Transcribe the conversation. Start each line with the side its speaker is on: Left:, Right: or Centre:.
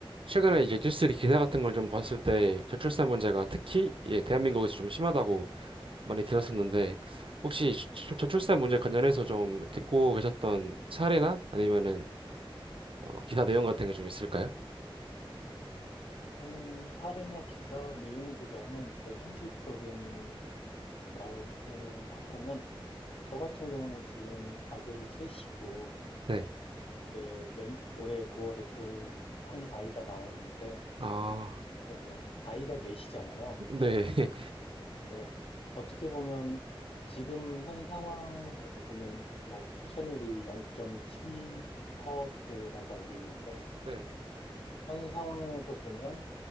Right: 최근에 이제 뉴스 리 기사 같은 걸 좀 봤을 때 저출산 문제가 특히 예, 대한민국에서 좀 심하다고 많이 들었었는데 혹시 저- 저출산 문제 관련해서 좀 듣고 계셨던 사례나 아니면은 어, 기사 내용 같은 게 좀 있을까요?
Left: 저는 사례나 기사 내용보다는 제 현실적인 말씀을 하자면, 저 같은 경우는 지금 아들이 셋이고,
Right: 네.
Left: 이제 내- 올해 9월에 또 한 아이가 나오는데,
Right: 아,
Left: 그러면 아이가 넷이잖아요.
Right: 네. <laughs>
Left: 네. 어떻게 보면 지금 현 상황에서 보면 뭐 출산율이 0.7%대라고 알고 있는데,
Right: 네.
Left: 현 상황에서 보면